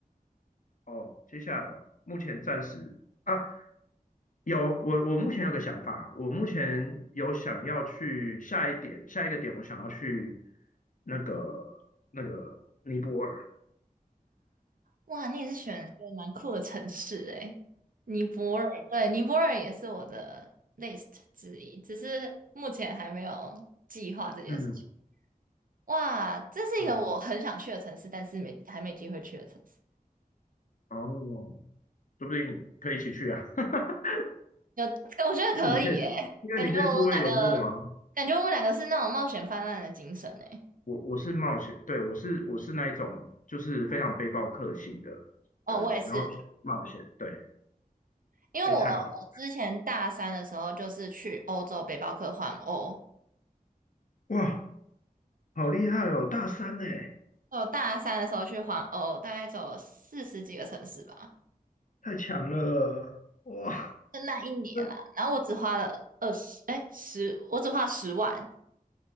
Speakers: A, on the left; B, on the right.
A: 哦，接下来哦，目前暂时啊，有我我目前有个想法，我目前有想要去下一点下一个点，我想要去那个那个尼泊尔，
B: 哇，你也是选一个蛮酷的城市诶，尼泊尔，对，尼泊尔也是我的 list 之一，只是目前还没有计划这件事情。
A: 嗯
B: 哇，这是一个我很想去的城市，
A: 嗯，
B: 但是没还没机会去的城市。
A: 哦，说不定可以一起去啊，<laughs>
B: 有，<laughs> 我觉得可以诶，
A: 你可以，因为你可以数位游牧啊，
B: 感觉我们两个，感觉我们两个是那种冒险泛滥的精神诶。
A: 我我是冒险，对我是我是那一种就是非常背包客型的的人，
B: 哦，我也是，
A: 然后冒险，对，
B: 因为我我之前大三的时候就是去欧洲背包客环欧，
A: 哎，太好了，哇，好厉害哦，大三呢。
B: 我大三的时候去环欧，大概走了四十几个城市吧，
A: 太强了，哇！
B: 就那一年啦。
A: 这
B: 然后我只花了二十，哎，十，我只花十万，